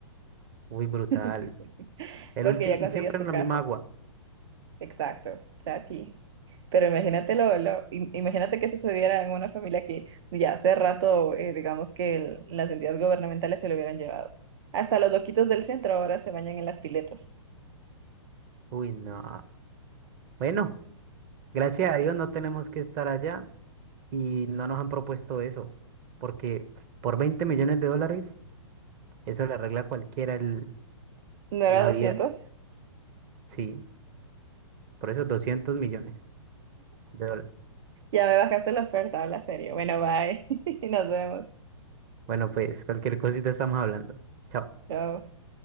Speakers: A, on the right (about 35°); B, on the right (about 60°).
A: uy, brutal.
B: <laughs>
A: El
B: porque
A: último,
B: ya conseguías
A: y siempre
B: tu
A: en
B: casa.
A: la misma agua.
B: Exacto, o sea, sí. Pero imagínate, lo, lo- im- imagínate que sucediera en una familia que ya hace rato, eh, digamos que el- las entidades gubernamentales se lo hubieran llevado. Hasta los loquitos del centro ahora se bañan en las piletas.
A: Uy, no. Bueno, gracias a Dios no tenemos que estar allá. Y no nos han propuesto eso, porque por 20 millones de dólares, eso le arregla a cualquiera el,
B: ¿No era
A: la
B: doscientos?
A: vida, sí, por eso doscientos millones de dólares.
B: Ya me bajaste la oferta, habla serio. Bueno, bye. <laughs> Nos vemos.
A: Bueno, pues cualquier cosita estamos hablando. Chao.
B: Chao.